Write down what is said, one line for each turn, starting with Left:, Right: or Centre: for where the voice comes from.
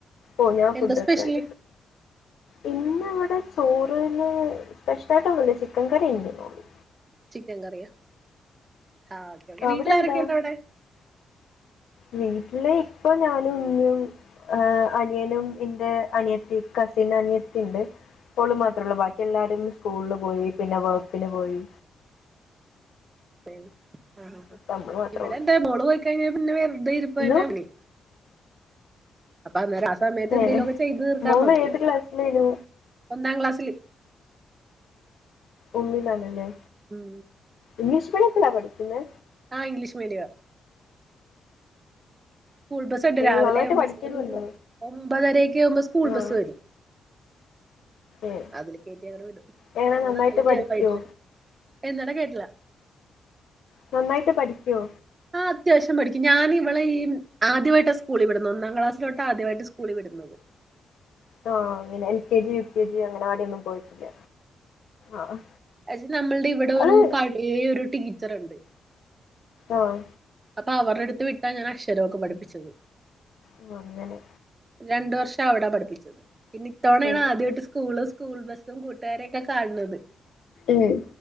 Left: ഓഹ് ഞാ ഫുഡ്
Right: എന്താ സ്പെഷ്യല്?
Left: ഒക്കെ ആയി ഇന്ന് ഇവിടെ ചോറിന് സ്പെഷ്യലായിട്ട് ഒന്നൂല്ല ചിക്കൻ കറീണ്ട്ന്നൊള്ളൂ
Right: ചിക്കൻ കറിയോ ആഹ് ഓക്കെ
Left: അവിടെ
Right: വീട്ടിലാരൊക്കെണ്ട്
Left: എന്താ
Right: അവിടെ <inaudible>
Left: വീട്ടില് ഇപ്പൊ ഞാനും ഉമ്മയും ഏഹ് അനിയനും ഇന്റെ അനിയത്തി കസിൻ അനിയത്തി ഉണ്ട് അപ്പോളും മാത്രമൊള്ളൂ ബാക്കി എല്ലാരും സ്കൂളിൽ പോയി പിന്നെ വർക്കിന് പോയി
Right: ഏഹ് ആഹ് ആഹ്
Left: ഇപ്പ നമ്മള് മാത്രേ
Right: ഇവിടെ
Left: ഉള്ളൂ
Right: എന്താ മോള് പോയിക്കഴിഞ്ഞാ പിന്നെ വെർ തെ ഇരിപ്പെന്നെ
Left: ഇന്ന്
Right: പണി അപ്പൊ അന്നേരം ആഹ് സമയത്ത് എന്തേലും
Left: ഏഹ്
Right: ഒക്കെ ചെയ്തു തീർക്കാൻ
Left: മോള്
Right: നോക്കും
Left: ഏത് ക്ലാസ്സിലേനു
Right: ഒന്നാം ക്ലാസ്സില്
Left: ഒന്നിലാണ് ലെ
Right: ഉം
Left: ഇംഗ്ലീഷ് മീഡിയത്തിലാ പഠിക്കുന്നെ
Right: ആഹ് ഇംഗ്ലീഷ് മീഡിയം സ്കൂൾ ബസ് ഉണ്ട്
Left: ഏഹ്
Right: രാവിലെ
Left: നന്നായിട്ട് പഠിക്കുന്നുണ്ടോ
Right: ഒരു ഒമ്പതരെക്കെ ആവുമ്പോ സ്കൂൾ
Left: ആഹ്
Right: ബസ്സ് വരും
Left: ഏഹ്
Right: അതില് കേറ്റി അങ്ങട് വിടും
Left: എങ്ങനെ
Right: പിന്നെ
Left: നന്നായിട്ട്
Right: നാലട്ടിയായിട്ടൊക്കെ
Left: പഠിക്കോ
Right: വരും എന്താണ് കേട്ട്ല
Left: നന്നായിട്ട് പഠിക്കോ
Right: ആഹ് അത്യാവശ്യം പഠിക്കും ഞാന് ഇവിടെ ഈ ആദ്യമായിട്ടാ സ്കൂളി വിടുന്നത് ഒന്നാം ക്ലാസ്സിലോട്ടാ ആദ്യമായിട്ട് സ്കൂളിൽ വിടുന്നത്
Left: ആഹ് അങ്ങനെ L K G U K G അംഗലവാടിയൊന്നും പോയിട്ടില്ല ആഹ്
Right: അത് നമ്മളുടെ ഇവിടെ ഒരു
Left: അത്
Right: പഴേ ഒരു ടീച്ചറുണ്ട്
Left: ആഹ്
Right: അപ്പൊ അവരുടെ അടുത്ത് വിട്ടാ ഞാൻ അക്ഷരൊക്കെ പഠപ്പിച്ചത്
Left: ഓഹ് അങ്ങനെ
Right: രണ്ട് വർഷം അവിടാ പഠിപ്പിച്ചത് പിന്നെ ഇത്തവണയാണ്
Left: ശരി
Right: ആദ്യമായിട്ട് സ്കൂളും സ്കൂൾ ബസ്സും കൂട്ടുകാരെയൊക്കെ കാണുന്നത്
Left: ഏഹ്